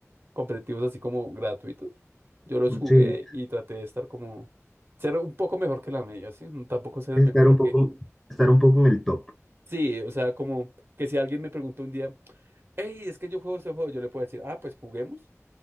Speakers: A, on the right (about 50°); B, in the centre.
A: competitivos así como gratuitos, yo los
B: un
A: jugué
B: chile.
A: y traté de estar como, ser un poco mejor que la media, ¿sí? No, Tampoco ser el
B: Estar
A: mejor porque...
B: un poco, estar un poco en el top.
A: Sí, o sea, como que si alguien me pregunta un día, hey, es que yo juego ese juego, yo le puedo decir, ah, pues juguemos,